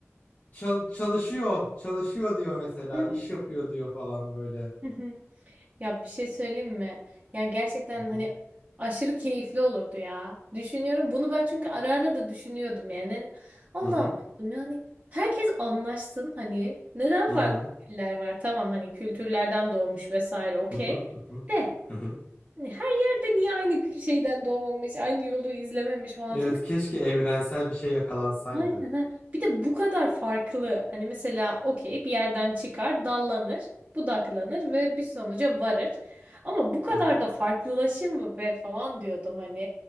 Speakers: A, on the left; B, on the right.
A: "Çal- çalışıyor, çalışıyor diyor mesela,
B: Hı
A: iş yapıyor diyor falan böyle.
B: hı. hı. Ya bir şey söyleyeyim mi? Ya gerçekten
A: Hı hı.
B: hani aşırı keyifli olurdu ya. Düşünüyorum. Bunu ben çünkü ara ara da düşünüyordum yani. Hani Allah'ım
A: Hı hı.
B: diyordum yani herkes anlaşsın hani. Neden
A: Hı
B: farklı
A: hı.
B: diller var? Tamam hani kültürlerden doğmuş vesaire okey.
A: Hı hı. Hı hı.
B: De
A: Hı hı.
B: Hani her yerde niye aynı şeyden doğmamış, aynı yolu izlememiş falan.
A: Evet,
B: Çünkü
A: keşke evrensel bir şey yakalansaydı.
B: aynen ha. Bir de bu kadar farklı. Hani mesela okey bir yerden çıkar, dallanır, budaklanır ve bir sonuca varır. Ama bu kadar
A: Hı hı.
B: da farklılaşır mı be falan diyordum hani.